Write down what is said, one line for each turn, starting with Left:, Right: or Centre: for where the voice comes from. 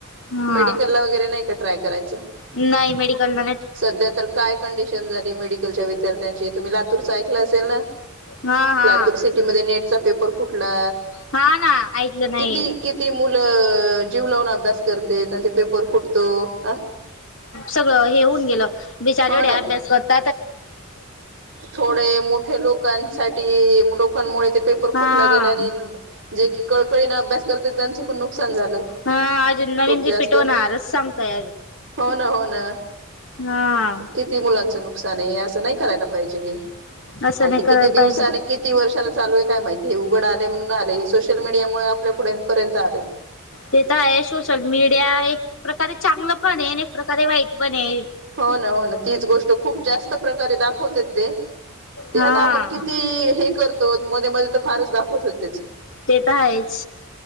Left: हा
Right: मेडिकलला वगैरे नाही का ट्राय करायचं
Left: नाही मेडिकल ना
Right: सध्या तर काय कंडिशन झाली मेडिकलच्या विद्यार्थ्यांची तुम्ही लातूरचं ऐकलं असेल ना
Left: हा हा
Right: लातूर सिटी म नेटचा पेपर फुटला
Left: हा ना ऐकलं नाही
Right: किती किती मुलं अ जीव लावून अभ्यास करते त्यां ते पेपर फुटतो ह
Left: सगळ हे होऊन गेलं बिचारवढे
Right: हो ना
Left: अभ्यास करत
Right: थोडे मोठे लोकांसाठी लोकांमुळे ते पेपर
Left: हा
Right: फुटला गेला आणि जे की कळकळीने अभ्यास करतात त्यांच पण नुकसान झालं
Left: हा अजून
Right: खूप
Left: नवीन रिपीट
Right: जास्त हो
Left: होणारच सांगताय
Right: ना हो ना
Left: हमम
Right: किती मुलांचं नुकसान आहे असं नाही करायला पाहिजे
Left: असं
Right: आणि
Left: नाही
Right: हे
Left: करायला
Right: किती दिवसाने
Left: पाहिजे
Right: किती वर्षाने चालू आहे काय माहिती हे उघड आले म्हणून आले हे सोशल मीडिया मुळे आपल्या पुुढे पर्यंत आले
Left: ते तर आहे सोशल मीडिया एक प्रकारे चांगलं पण आहे एक प्रकारे वाईट पण आहे
Right: हो ना हो ना तीच गोष्ट खूप जास्त प्रकारे दाखवते ते ते
Left: हा
Right: आता आपण किती हे करतो मध्ये मध्ये तर फारच दाखवत होत त्याचे
Left: तेेतऐच